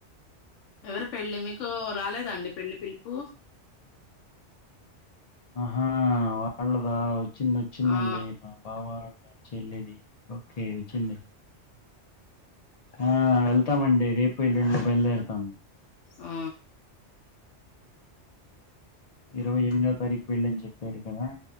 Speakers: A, on the left; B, on the left.
A: ఎవరు పెళ్ళి మీకు రాలేదండి పెళ్లిి పిలుపు
B: ఆహా వాళ్ళ ఇ వచ్చింది వచ్చిందండి
A: ఆ
B: మా బాబ చెల్ది ఓకే ఉచి ఆ వెళ్తామండి రేపు ఇల్లుెండు బయలుదేరతాము
A: ఆ
B: ఇరవై ఎనిమిదో తారీఖు వెళ్ళని చెప్పారు కదా